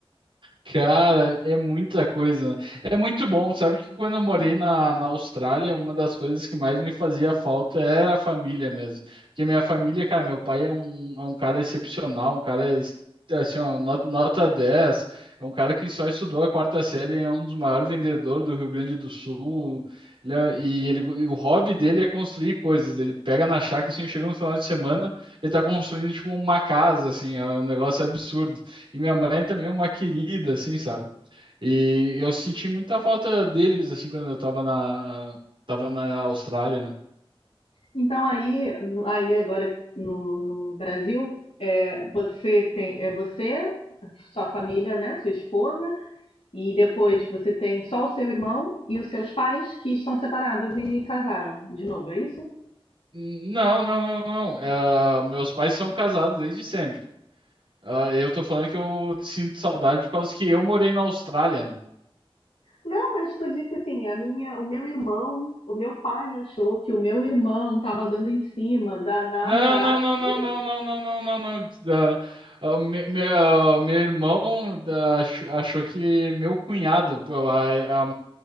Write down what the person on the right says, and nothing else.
Cara, é muita coisa. É muito bom. Sabe que quando eu morei na, na Austrália, uma das coisas que mais me fazia falta era a família mesmo. Porque minha família, cara, meu pai é um, é um cara excepcional, um cara es- assim, ó, no- nota 10. É um cara que só estudou a quarta série, é um dos maiores vendedores do Rio Grande do Sul. Ele é- e ele, e o hobby dele é construir coisas. Ele pega na chácara, assim, chega no final de semana, ele tá construindo, tipo, uma casa, assim, é um negócio absurdo. E minha mãe também é uma querida, assim, sabe? E eu senti muita falta deles, assim, quando eu tava na, tava na Austrália, né?
Não, não, não, não. Eh, meus pais são casados desde sempre. Ah, eu tô falando que eu sinto saudade por causa que eu morei na Austrália, né?
Não, não, não,
não, não, não, não, não, não, não. Da- ah, me- me- ah, meu irmão da- ach- achou que meu cunhado, pô, a- a-